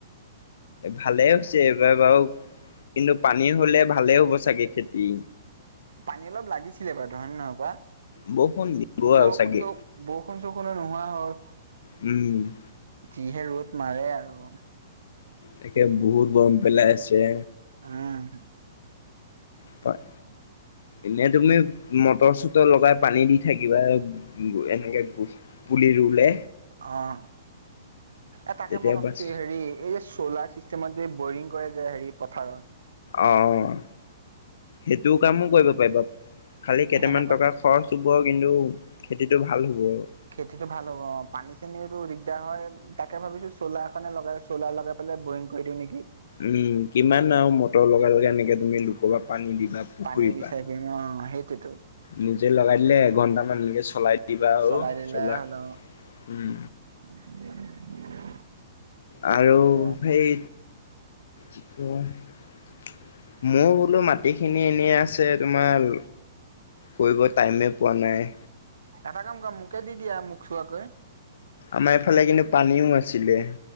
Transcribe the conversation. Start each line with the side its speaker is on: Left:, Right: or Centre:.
Left: ভালেই হৈছে এইবাৰ বাৰু, কিন্তু পানী হ'লে ভালে হ'ব চাগে খেতি।
Right: পানী অলপ লাগিছিলে বাৰুতে হয় নহয় কোৱা?
Left: বৰষুণ দিব
Right: বৰষুণ
Left: আৰু চাগে
Right: চ বৰষুণ চৰষুণে নোহোৱা হ'ল।
Left: উম।
Right: যিহে ৰ'দ মাৰে আৰু।
Left: তাকে বহুত গৰম পেলাই আছে।
Right: উম।
Left: উপায় এনে তুমি মটৰ চটৰ লগাই পানী দি থাকিবা এনেকে গো পুলি ৰুলে।
Right: অ'। এ, তাকে
Left: তেতিয়া
Right: মই ভাবিছোঁ
Left: বাচ
Right: হেৰি এই যে চ'লাৰ চিষ্টেম চিষ্টেমত যে বৰিং কৰে যে হেৰি পথাৰত।
Left: অ' সেইটো কামো কৰিব পাৰিবা, খালি
Right: সেনেকুৱা
Left: কেইটামান টকা খৰচ হ'ব কিন্তু খেতিতটো ভাল হ'ব আৰু।
Right: খেতিটো ভাল হ'ব অ'। পানী চানিটো দিগদাৰ হয় তাকে ভাবিছোঁ চ'লাৰ এখনে লগাই চ'লাৰ লগাই পেলাই বৰিং কৰি দিওঁ নেকি।
Left: উম, কিমান আৰু মটৰ লগাই লগাই এনেকে তুমি লোকৰপৰা পানী দিবা। পুখুৰীৰ
Right: পানী বিচাৰি
Left: পৰা
Right: ফুৰিম, অ' সেইটোৱেইতো।
Left: নিজে লগাই দিলে এঘন্টামান এনেকে চলাই দিবা আৰু
Right: চলাই দিলে
Left: চ'লাৰ।
Right: হ'ল অ
Left: উম।
Right: <inaudible>
Left: আৰু
Right: সেয়া
Left: সেই কি মোৰ বোলো মাটিখিনি এনেই আছে তোমাৰ কৰিব টাইমে পোৱা নাই।
Right: এটা কাম কৰা মোকে দি দিয়া মোক চোৱাকৈ
Left: আমাৰ এইফালে কিন্তু পানীও আাছিলে।